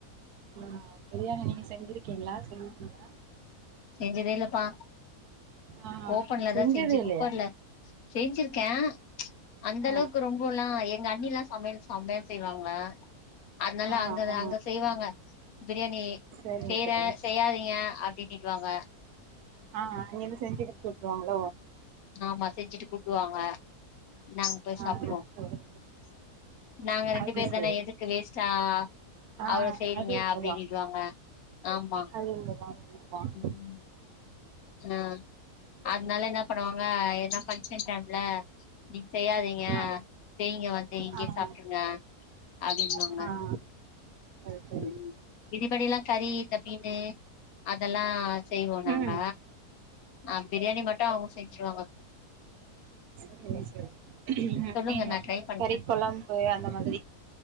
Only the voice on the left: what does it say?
செஞ்சதே இல்லப்பா
ஓபன்லதான்
செஞ்சு
குக்கர்ல செய்ஞ்சிருக்க அந்த
அளவுக்கு ரொம்போல்லா எங்க அண்ணிலா சமயல் சம்மயா செய்வாங்க அதனால
அங்க
அங்க செய்வாங்க பிரியாணி
செய்ற
செய்யாதீங்க அப்டின்டு வாங்க
ஆமா செஞ்சுட்டு கூப்டுவாங்க நாங்க போய்
சாப்ட்றுவோ
நாங்க ரெண்டு
பேர்
தான எதுக் கு வேஸ்ட்டா
அவ்ளோ செய்றீங்க
அப்டின்றுவாங்க ஆமா
ம் ஆ அத்னால என்ன பண்ணுவாங்க எனா பங்க்ஷன் டைம்ல நீங்க செய்யாதீங்க
செய்ங்க வந்து இங்யே
சாப்ட்றுங்க அப்டின்வாங்க
ம் இதிபடில்லா கறி இந்த மீனு அதெல்லா செய்வோ நாங்க
ஆ பிரியாணி மட்டு அவ்ங்க செஞ்சுருவாங்க
சொல்லுங்க
நா ட்ரை பண்றே